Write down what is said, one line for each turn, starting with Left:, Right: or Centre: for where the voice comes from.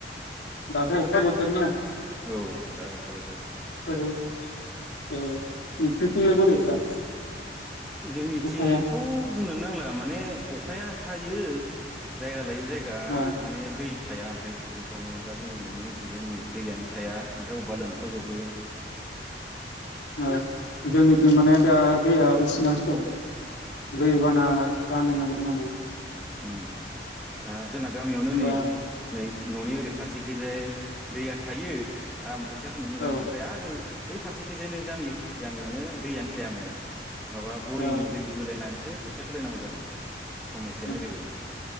Left: दाथ' अखा बोथोर ना?
Centre: औ दा अखा बो
Left: <inaudible> ओ नोंसोरथिंलाय बोरै दा?
Centre: जोंनिथिंथ'
Left: अखाया
Centre: बुंनोनो नांला माने अखाया हायो जायगा लायै जायगा
Left: ओ
Centre: माने दै थाया ओमफ्राय दुब्लिफ्रावनो दा जोंनि न'नि उनथिंजायनो नै दैयानो थाया ओमफ्राय अबावबा लोमसावजोबो।
Left: ओ जोंनि जों माने दा दैया उसिनानैसो दं।
Centre: ओ
Left: दै बाना जानो नागिर रो माने।
Centre: उम दा जोंना गामियावनो
Left: होमबा
Centre: नै नै न'नि ओरै फारसेखैजाय दैया थायो आम ‌ खोथिया फोनो मोजां
Left: औ
Centre: ओमफ्राय आरो नै बै फारसेखैजायनो गामि एखे गामियावनो दैयानो थाया माने। माबा बरिं
Left: ओ
Centre: दै बोलायनानैसो खोथिया फोलायनांगौ जादों।
Left: <inaudible>
Centre: सम एसेयानो ओरैबायदि